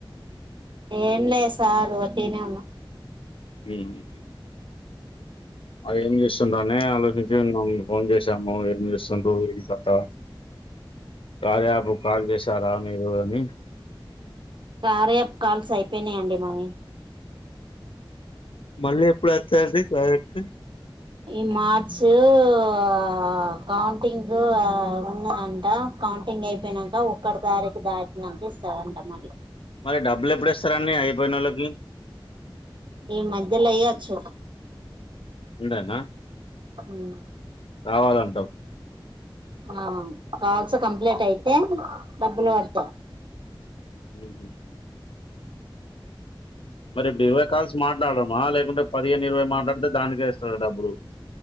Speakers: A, on the right; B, on the left.
A: ఏం లే సార్ రోటీనే ఉన్నా
B: మ్మ్ అవి ఏం చేస్ కుంటనే ఆలోచించిన్నా బావుండు ఫోన్ జేశాము ఏం చేస్సుండు ఏం కథా కార్య యాప్ కాల్ చేసి తారా మీరు అని
A: కార్యయప్ కాల్స్ అయిపేయినాయ్ అండి మావి
B: మళ్ళీ ఎప్పుడు వచ్చాది వర్కు
A: ఏ మాత్ చే వ కౌంటింగ్ ఆ ఉన్నాయంట, కౌంటింగ్ అయిపేనాంక ఒక్కటి తారీఖు దాటినాంక ఇస్తారంట మళ్ళీ,
B: మరి డబ్బులు ఎప్పుడేస్తారని అయిపోయినొళ్లకి
A: ఈ మధ్యలో ఏయొచ్చు
B: ఇడనా
A: హ్మ్
B: కావాలంటావ్
A: ఆ కాల్స్ కప్లేటైతే
B: హ్మ్.
A: డబ్బులు
B: హ్మ్.
A: పడతాయ్
B: హుహు మరి ఇప్పుడు ఇరవై కాల్స్ మాట్లాడదామా లేప్ కుడేప్ పదిహేను ఇరవైయే మాట్లాడితే దానిగేస్ తో డబ్బురు